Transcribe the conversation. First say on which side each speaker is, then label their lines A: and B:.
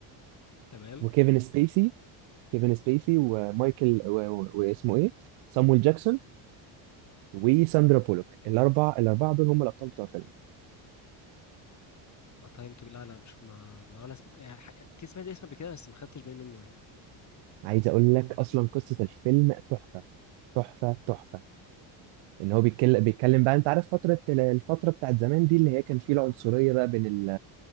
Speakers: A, on the left; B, on the right.
A: تمام
B: وكيفن سبيسي كيفن سبيسي ومايكل و... و... واسمه ايه سامويل جاكسون وساندرا بولوك الاربع الاربعه دول هم الابطال بتوع الفيلم
A: اه تايم تو لا لا مش ما ما ولا اسم يعني ح- كان سمعت اسمه قبل كده بس ما خدتش بالي منه يعني
B: عايز اقول لك اصلا قصه الفيلم تحفه تحفه تحفه ان هو بيتكلم بيتكلم بقى انت عارف فتره ال- الفتره بتاعت زمان دي اللي هي كان فيه العنصريه بقى بين ال